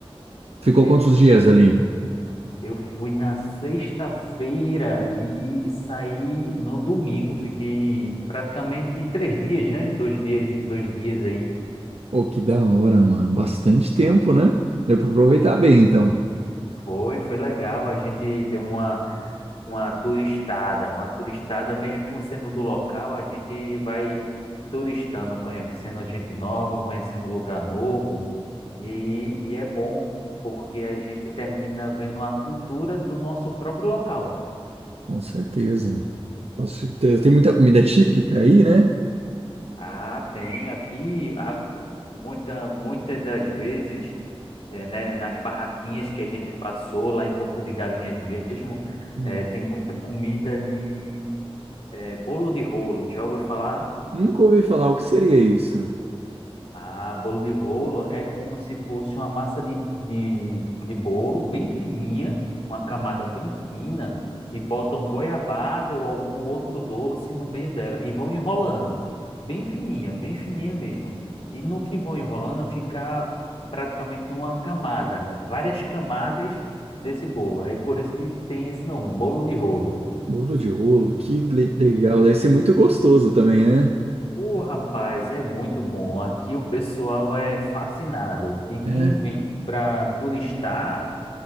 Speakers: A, on the right (about 90°); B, on the left (about 70°).
A: Ficou
B: É
A: quantos
B: muito.
A: dias ali?
B: Eu fui na sexta-feira e saí no domingo. Fiquei praticamente três dias, né? Dois dias, dois dias aí.
A: Oh, que da hora, mano. Bastante tempo, né? Deu pra aproveitar
B: Foi.
A: bem, então.
B: Foi, foi legal. A gente deu uma uma turistada, uma turistada, mesmo sendo do local, a gente vai turistando, conhecendo gente nova, conhecendo lugar novo, e, e é bom porque a gente termina vendo a cultura do nosso próprio local.
A: Com certeza. Com certeza. Tem muita comida típica aí, né?
B: Ah, tem aqui, ah, muita, muitas das vezes, eh, né, nas barraquinhas que a gente passou lá em Porto de Galinhas mesmo,
A: Hum.
B: eh, tem muita comida de, eh, bolo de rolo. Já ouviu falar?
A: Nunca ouvi falar o que seria isso.
B: Ah, bolo de rolo é como se fosse uma massa de, de, de bolo bem fininha, uma camada
A: Hum.
B: bem fina, e botam goiabada ou algum outro doce no meio dela e vão enrolando. Bem fininha, bem fininha mesmo. E no que vão enrolando fica praticamente uma camada, várias camadas desse bolo. Aí por isso que tem esse nome, bolo de rolo.
A: Bolo de rolo, que le- legal. Deve ser muito gostoso também, né?
B: Ô, rapaz, é muito bom. Aqui o pessoal é fascinado. E quem
A: É.
B: vem para turistar,